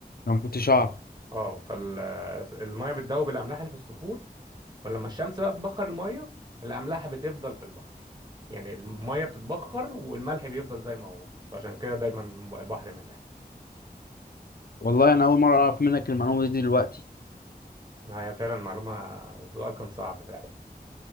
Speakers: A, on the left; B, on the right.
A: أنا ما كنتش أعرف
B: اه فالميه بتذوب الاملاح اللي في الصخور ولما الشمس بقى بتبخر الميه الاملاح بتفضل في البحر يعني الميه بتتبخر والملح بيفضل زي ما هو فعشان كده دايما البحر مالح
A: والله أنا أول مرة أعرف منك المعلومة دي دلوقتي
B: آه، هي فعلا معلومه وسؤال كان صعب فعلا